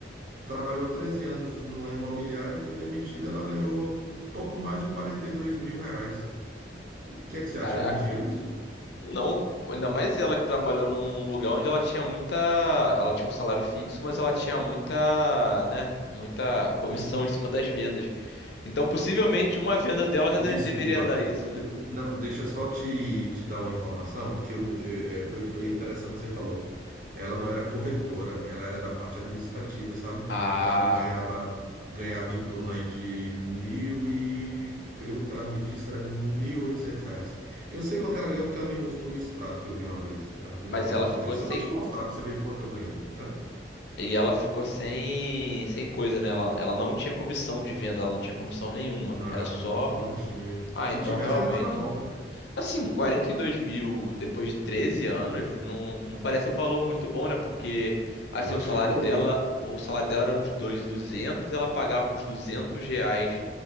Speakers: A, on the right; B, on the left.
A: Trabalhou 13 anos numa imobiliária, foi demitida, ela ganhou pouco mais de quarenta e dois mil reais. O que é que você acha?
B: Caraca.
A: É muito dinheiro isso?
B: Não, ainda mais ela que trabalhou num lugar onde ela tinha muita. Ela tinha um salário fixo, mas ela tinha muita, né? Muita comissão
A: Uhum.
B: em cima das vendas. Então, possivelmente, uma venda dela
A: De-
B: já de-
A: Desculpa,
B: deveria dar
A: de-
B: isso, né?
A: de- não, deixa só te, te dar uma informação, porque eu não, eu- é, foi, foi interessante o que você falou. Ela não era corretora, ela era da parte administrativa, sabe?
B: Ah,
A: Então ganhava ganhava em torno aí de mil e, pelo que ela me disse, era mil e oitocentos reais. Eu sei quanto ela ganhou porque ela me mostrou o extrato que eu vi uma vez. Ela me,
B: mas
A: ela,
B: ela
A: ela
B: ficou
A: disse,
B: sem.
A: eu vou te mostrar pra você ver quanto eu ganhei. Hã?
B: E ela ficou sem, sem coisa, né? Ela, ela não tinha comissão de venda, ela não tinha comissão nenhuma.
A: Não,
B: Era só.
A: não tinha.
B: Ah,
A: Se
B: então
A: tivesse
B: realmente.
A: ainda tava bom, né?
B: Assim, 42 mil depois de 13 anos não, não parece um valor muito bom, né? Porque, assim,
A: Eu achei
B: o salário
A: pouco,
B: dela,
A: hein?
B: o salário dela era uns 2.200, ela pagava uns 200 reais